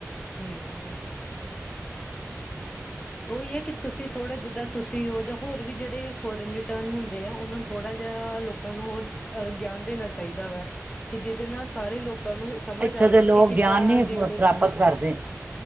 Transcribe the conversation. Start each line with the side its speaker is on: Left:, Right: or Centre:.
Left: ਹਮ। ਉਈ ਐ ਕਿ ਤੁਸੀਂ ਥੋੜ੍ਹਾ ਜਿੱਦਾਂ ਤੁਸੀਂ ਓ, ਜਾਂ ਹੋਰ ਵੀ ਜਿਹੜੇ ਫੋਰਨ ਰਿਟਰਨ ਹੁੰਦੇ ਆ ਉਹਨਾਂ ਥੋੜ੍ਹਾ ਜਿਹਾ, ਲੋਕਾਂ ਨੂੰ ਹੋਰ ਗਿਆਨ ਦੇਣਾ ਚਾਈਦਾ ਵਾ, ਕਿ ਜਿ ਜਿਨਾ ਸਾਰੇ ਲੋਕਾਂ ਨੂੰ ਸਮਝ
Right: ਇੱਥੇ
Left: ਆਵੇ
Right: ਦੇ ਲੋਕ
Left: ਕਿ ਕਿੱਦਾਂ,
Right: ਗਿਆਨ ਨਹੀਂ
Left: ਜੀਵਨ ਬਿਤਾਣਾ।
Right: ਪ੍ਰਾਪਤ ਕਰਦੇ